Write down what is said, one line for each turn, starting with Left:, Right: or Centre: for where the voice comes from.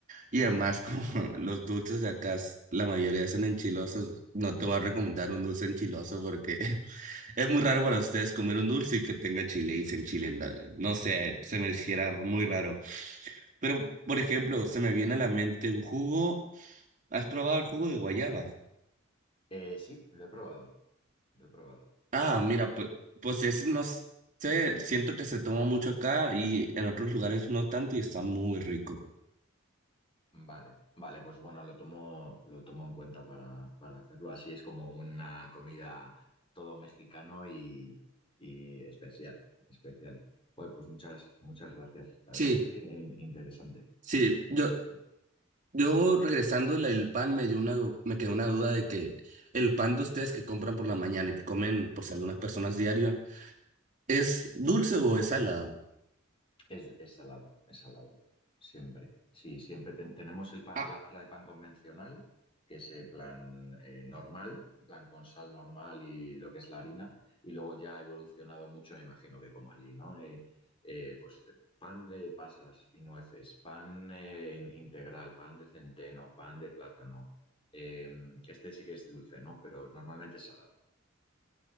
Right: Y además, <laughs> como los dulces de acá, s- la mayoría son enchilosos, no te voy a recomendar un dulce enchiloso porque <laughs> es muy raro para ustedes comer un dulce y que tenga chile y se enchilen. No No sé, se me hiciera muy raro. Pero, por ejemplo, se me viene a la mente un jugo. ¿Has probado el jugo de guayaba?
Left: Eh, sí, lo he probado, lo he probado.
Right: Ah, mira, pues, pues es, no sé, siento que se toma mucho acá y en otros lugares no tanto y está muy rico.
Left: Vale, vale, pues bueno, lo tomo, lo tomo en cuenta para, para hacerlo. Así es como una comida todo mexicano y, y especial, especial. Joder, pues muchas, muchas gracias. La
Right: Sí,
Left: verdad es que in- interesante,
Right: sí, yo,
Left: interesante.
Right: yo regresando el pan me dio una, du- me quedó una duda de que el pan de ustedes que compran por la mañana y que comen por si algunas personas diario, ¿es dulce o es salado?
Left: Es, es salado, es salado. Siempre. Sí, siempre ten- tenemos el pa-
Right: Ah,
Left: la barra de pan convencional, que es en plan eh, normal, en plan con sal normal y lo que es la harina. Y luego ya ha evolucionado mucho, me imagino que como allí, ¿no? Eh, eh, pues eh, pan de pasas y nueces, pan eh, integral, pan de centeno, pan de plátano. Eh, este sí que es dulce, ¿no? Pero normalmente es salado.